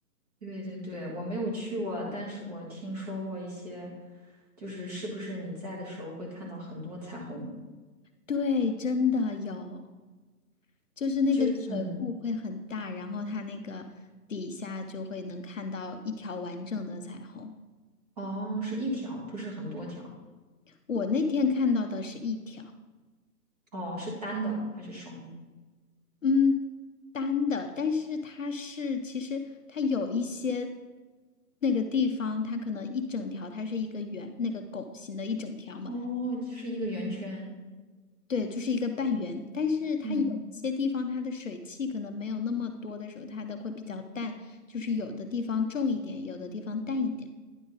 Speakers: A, on the right; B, on the left.
A: 对对对，我没有去过，但是我听说过一些，就是是不是你在的时候会看到很多彩虹？
B: 对，真的有。就是那个水库会很大，
A: 就是嗯，
B: 然后它那个底下就会能看到一条完整的彩虹。
A: 哦，是一条，不是很多条。
B: 我那天看到的是一条，
A: 哦，是单的还是双的？
B: 嗯，单的，但是它是其实它有一些那个地方，它可能一整条它是一个圆，那个拱形的一整条嘛，
A: 哦，就是一个圆圈。
B: 对，就是一个半圆。但是它有一些地方它的水汽可能没有那么多的时候，
A: 嗯
B: 它的会比较淡，就是有的地方重一点，有的地方淡一点。